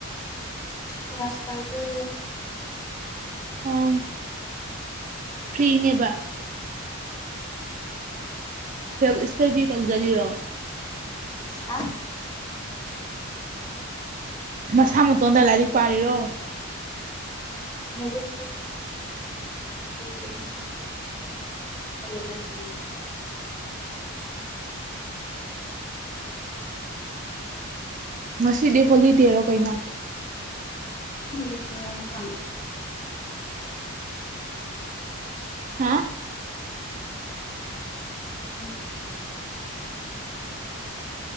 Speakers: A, on the left; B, on the right.
A: ꯀꯥꯁ ꯇꯕꯨꯗꯤ
B: ꯑꯥꯎ ꯐ꯭ꯔꯤꯅꯦꯕ ꯁꯦꯜꯞ ꯏꯁꯇꯗꯤ ꯇꯧꯖꯔꯤꯔꯣ
A: ꯍꯥ
B: ꯃꯁꯥ ꯃꯇꯣꯟꯗ ꯂꯥꯏꯔꯤꯛ ꯄꯥꯔꯤꯔꯣ
A: ꯂꯩ ꯇꯠꯇ ꯂꯩꯦꯕ ꯅꯃꯥꯏꯗꯤ
B: ꯉꯁꯤꯗꯤ ꯍꯣꯂꯤꯗꯦꯔꯣ ꯀꯩꯅꯣ
A: ꯃꯅꯤꯒꯤ ꯋꯥꯔꯃ
B: ꯍꯥ
A: ꯍ